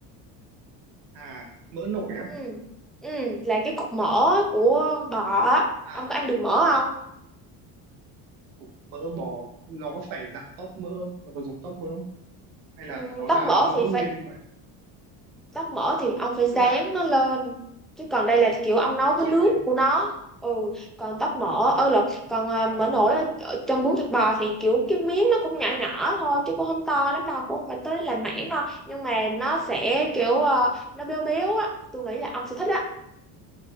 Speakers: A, on the right; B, in the centre.
A: à mỡ nổi á
B: ừ ừ là cái cục mỡ của bò á
A: À
B: ông có ăn được mỡ không
A: cục mỡ bò nó có phải dạng tóp mỡ không? nó có giống tóp mỡ không hay là
B: ừ,
A: nó là
B: tóp mỡ
A: mỡ
B: thì
A: nguyên như vậy
B: tóc mỡ thì ông phải rán
A: tức là
B: nó lên chứ còn đây là kiểu ông
A: ờ,
B: nấu
A: phải
B: với
A: chiên
B: nước
A: lên
B: của nó ừ còn tóc mỡ ơ là còn à,
A: à,
B: mỡ nổi ở, ở trong bún thịt bò thì kiểu cái miếng nó cũng nhỏ nhỏ thôi chứ cũng không to lắm đâu cũng không phải tới là mảng đâu nhưng mà nó sẽ kiểu ờ, nó béo béo á tôi nghĩ là ông sẽ thích á